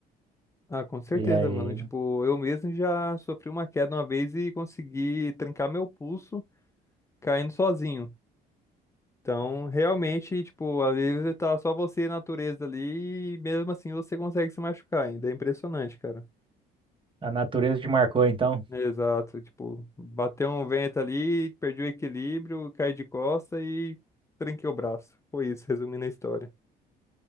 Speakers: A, on the left; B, on the right.
A: Ah, com certeza,
B: E aí,
A: mano. Tipo, eu mesmo já sofri uma queda uma vez e consegui trincar meu pulso caindo sozinho. Então, realmente, tipo, às vezes tá só você e a natureza ali e mesmo assim você consegue se machucar ainda. É impressionante, cara.
B: a natureza te marcou, então.
A: Exato. Tipo, bateu um vento ali, perdi o equilíbrio, caí de costa e trinquei o braço. Foi isso, resumindo a história.